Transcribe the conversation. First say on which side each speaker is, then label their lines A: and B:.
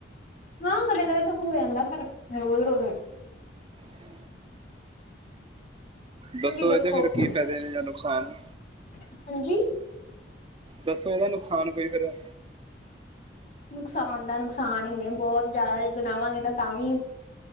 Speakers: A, on the left (about 45°); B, on the right (about 30°).
A: ਹਾਂ ਕਦੇ ਕਦੇ ਤਾਂ ਹੋ ਜਾਂਦਾ ਪਰ ਰੋਜ਼ ਰੋਜ਼
B: ਜੀ।
A: ਕਿਉਂਕਿ
B: ਦੱਸੋ
A: ਦੇਖੋ
B: ਇਹਦੇ ਫਿਰ ਕੀ ਫ਼ਾਇਦੇ ਨੇ ਜਾਂ ਨੁਕਸਾਨ।
A: ਹਾਂਜੀ
B: ਦੱਸੋ। ਇਹਦਾ। ਨੁਕਸਾਨ। ਕੋਈ। ਫੇਿਰ।
A: ਨੁਕਸਾਨ। ਤਾਂ। ਨੁਕਸਾਨ। ਹੀ। ਨੇ। ਬਹੁਤ। ਜ਼ਿਆਦਾ। ਗਣਾਵਾਂਗੇ। ਨਾ। ਤਾਂ। ਵੀ।